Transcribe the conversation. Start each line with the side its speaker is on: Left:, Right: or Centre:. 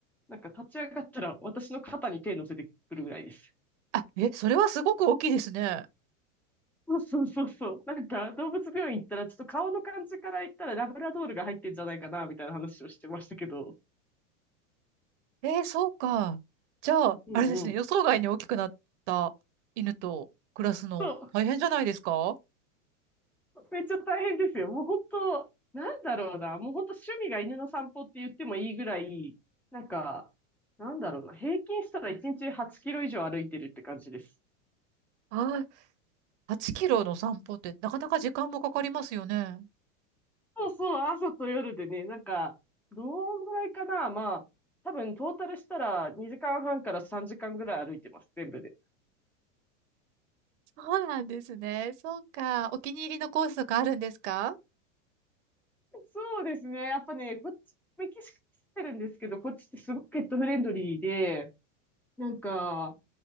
Centre: なんか立ち上がったら私の肩に手乗せてくるぐらいです。
Right: あ、え、それはすごく大きいですね。
Centre: そうそうそうそう。なんか動物病院行ったら、ちょっと顔の感じから言ったらラブラドールが入ってんじゃないかな、みたいな話をしてましたけど。
Right: ええ、そうか。じゃあ、
Centre: うん
Right: あれですね、予想外に大きくなった犬と暮らすの大変じゃないですか
Centre: そう。<laughs> めっちゃ大変ですよ。もう本当、なんだろうな。もう本当趣味が犬の散歩って言ってもいいぐらい、なんか、なんだろうな。平均したら1日8キロ以上歩いてるって感じです。
Right: ああ8キロの散歩ってなかなか時間もかかりますよね。
Centre: そうそう、朝と夜でね、なんか、どんぐらいかな。まあ、多分トータルしたら2時間半から3時間ぐらい歩いてます、全部で。
Right: そうなんですね。そうか。お気に入りのコースとかあるんですか
Centre: そうですね。やっぱね、こっち、メキシコ来てるんですけど、こっちってすごくペットフレンドリーで、なんか、